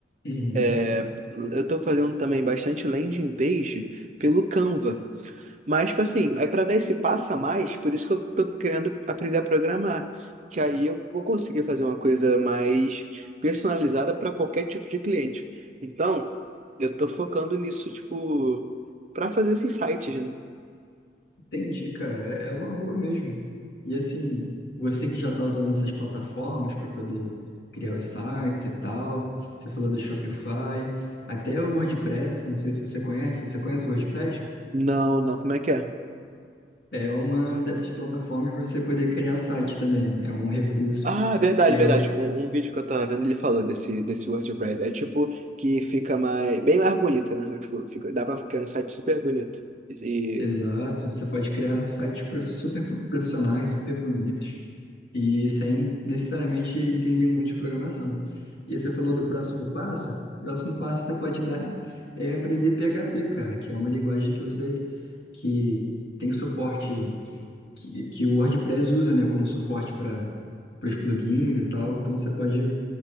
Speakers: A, on the left (about 65°); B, on the right (about 40°).
A: Uhum.
B: É, eu estou fazendo também bastante landing page pelo Canva. Mas, tipo assim, é para dar esse passo a mais, por isso que eu estou querendo aprender a programar. Que aí eu vou conseguir fazer uma coisa mais personalizada para qualquer tipo de cliente. Então, eu estou focando nisso, tipo, para fazer esses sites, né?
A: Entendi, cara. É é uma boa mesmo. E assim, você que já está usando essas plataformas para poder criar os sites e tal, você falou do Shopify, até o WordPress, não sei se você conhece. Você conhece o WordPress?
B: Não, não, como é que é?
A: É uma dessas plataformas para você poder criar site também. É um recurso
B: Ah, verdade,
A: que é
B: verdade. Um, um vídeo que eu tava vendo, ele falou desse, desse WordPress. É tipo que fica mais, bem mais bonito, né? Tipo, fica, dá pra ficar um site super bonito. E
A: Exato. Você pode criar sites prof- super profissionais, super bonitos e sem necessariamente entender muito de programação. E você falou do próximo passo. O próximo passo que você pode dar é aprender PHP, cara, que é uma linguagem que você que tem suporte que, que o WordPress usa, né, como suporte para os plugins e tal. Então você pode